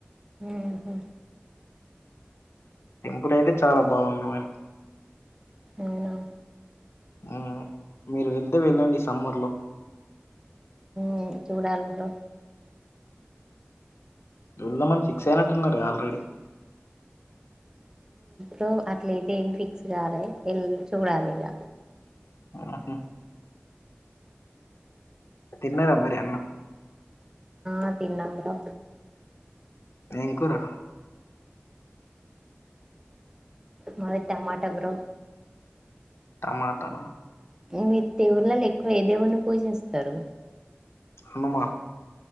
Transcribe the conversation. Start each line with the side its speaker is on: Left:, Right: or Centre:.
Right: ఊహూ
Left: టెంపుల్ అయితే చాలా బాగుందివాని
Right: అవునా
Left: ఆ మీరు వెళ్తే వెళ్ళండి సమ్మర్ లో
Right: హమ్ చూడాలి బ్రో
Left: ఇళ మన ఫిక్స్ అయినట్టున్నార ఆల్రెడీ
Right: లో అట్లయితే ఏమి ఫిక్స్ కాలి ఎల్ చూడాలి ఇక
Left: ఆహ్మ్ తిన్నార మరి అన్న
Right: అ తనామ బ్రో
Left: ఏంకురా
Right: మతే మాట బ్రో
Left: టమాటా
Right: మీరు దేవుళ్లలో ఎక్కువ ఏ దేవుని పూజిస్తారు
Left: హనుమాన్